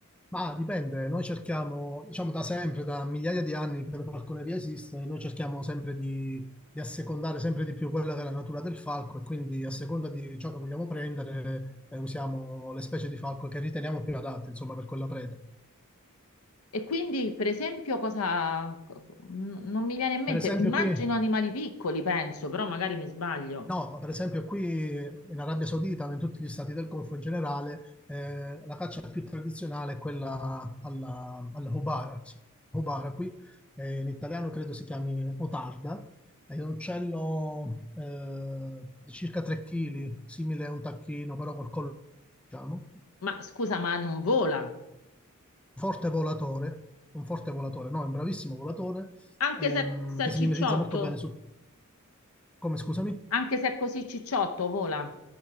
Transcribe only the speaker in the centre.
Ma dipende, noi cerchiamo, diciamo da sempre, da migliaia di anni che la falconeria esiste, noi cerchiamo sempre di, di assecondare sempre di più quella che è la natura del falco e quindi a seconda di ciò che vogliamo prendere eh, usiamo le specie di falco che riteniamo più adatte, insomma, per quella preda.
Per esempio
qui
No, per esempio qui in Arabia Saudita, ma in tutti gli stati del Golfo in generale, eh, la caccia più tradizionale è quella alla, alla hubara. Sì, hubara qui eh, in italiano credo si chiami otarda, è un uccello eh, di circa 3 kg, simile a un tacchino, però col collo, diciamo,
forte volatore, un forte volatore, no, è un bravissimo volatore,
ehm,
che
si mimetizza molto bene su... Come, scusami?